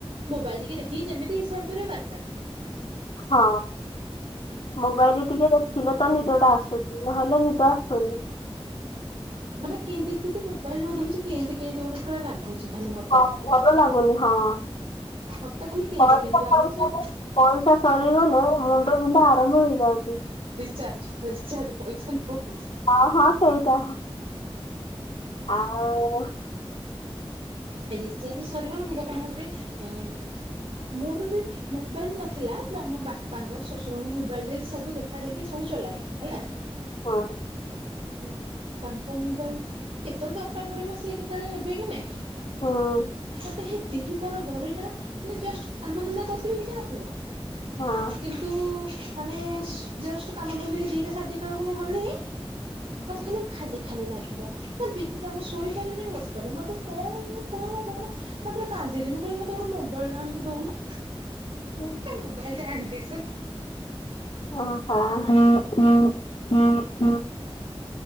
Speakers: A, on the right; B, on the left.
A: ମୋବାଇଲ ଟିକେ ଦେଖିକି ଯେମିତି ହିସାବ କରିବ ବାରଟା।
B: ହଁ ମୋବାଇଲ ଟିକେ ଦେଖିଲେ ତ ନିଦ ଟା ଆସୁଛି ନହେଲେ ନି ଦ ଆସୁନି।
A: ମାନେ କେନ୍ତି ଯଦି ମୋବାଇଲ ନ ଦେଖୁଛି କେନ୍ତି କେନ୍ତି ଗୋଟେ ପୁରା ଲାଗୁଚି ଖାଲି ମତେ।
B: ହଁ ଭଲ ଲାଗୁନି ହଁ।
A: ମତେ ତ ଖାଲି କେନ୍ତି
B: ପଇସା
A: କେନ୍ତି
B: ସରିଗଲେ
A: ଲାଗୁଛି ଆଉ।
B: ପଇସା ସରିଗଲେ ମୁଣ୍ଡ ବିନ୍ଧା ଆରମ୍ଭ ହେଇଯାଉଛି।
A: ରିଚାର୍ଜ୍ ରିଚାର୍ଜ୍ ପଇସା ନୁହଁ।
B: ହଁ ହଁ ସେଇଟା ଆଉ
A: ରିଚାର୍ଜ ସରିଗଲେ ମୁଣ୍ଡ କଣ ହଉଛି ଏ ମୋର ବି ମୋବାଇଲ ନଥିଲା ମୁଁ ଆମ ବାପାଙ୍କ ଶ୍ୱଶୁରଙ୍କ ମୋବାଇଲରେ ସବୁ ଦେଖା ଦେଖି ସବୁ ଚଲାଏ ହେଲା।
B: ହଁ।
A: ହଁ ତାଙ୍କ ମୋବାଇଲ କେତେବେଳେ ଦରକାର ପଡିବ ସିଏ କେତେବେଳେ ନେବେ କି ନାଇଁ?
B: ହଁ।
A: ହେ ଦ୍ବିପହର ଗଡିଟା ମାନେ ଜଷ୍ଟ କାମଧନ୍ଦା କରୁଥିବି କିଛି ନଥିବ
B: ହଁ
A: କିନ୍ତୁ ମାନେ ଜଷ୍ଟ କାମ ଧକିି ଦିଟା ସାଢେ ଦିଟା ବେଳକୁ ମୁଁ ଗଲି ମତେ ଖାଲି ଖାଲି ଖାଲି ଲାଗିବ ମତେ ବିଧ ବିତି ମୁଁ ଶୋଇପାରିବିନି କି ବସିପାରିବି ମତେ କଣ କଣ ମୁଁ ତାପରେ କାନ୍ଦିଲି ମୁଁ କହିଲି ମତେ ଗୋଟେ ମୋବାଇଲ ଟେ ଆଣିକି ଦଉନୁ।
B: ହୁଁ।
A: ମୋବାଇଲ ଟା <unintelligible>
B: ଓହୋ।